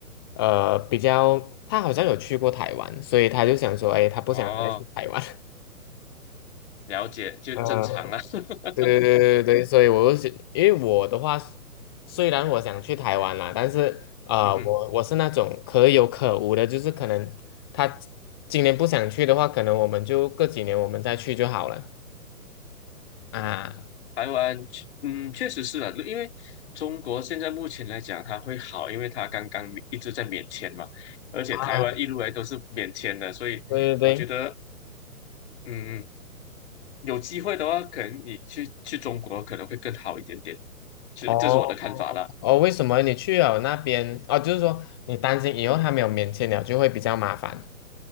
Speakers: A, on the left (about 15°); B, on the left (about 45°).
A: 呃比较，她好像有去过台湾，所以她就想说，哎，她不想再去台湾。
B: 哦，了解，就正常啦。
A: <laughs>
B: <laughs>
A: 对对对对对，所以我就想，因为我的话，虽然我想去台湾啦，但是啊、
B: 嗯哼，
A: 呃我我是那种可有可无的，就是可能他今年不想去的话，可能我们就过几年我们再去就好了啊
B: 台湾确嗯，确实是啊，因为中国现在目前来讲，它会好，因为它刚刚免一直在免签嘛，而且台湾一路来都是免签的，
A: 啊，
B: 所以我觉得，
A: 对对对，
B: 嗯。有机会的话，可能你去去中国可能会更好一点点，这这是我的看法啦，
A: 哦哦，为什么你去了那边？哦，就是说你担心以后他没有免签了，就会比较麻烦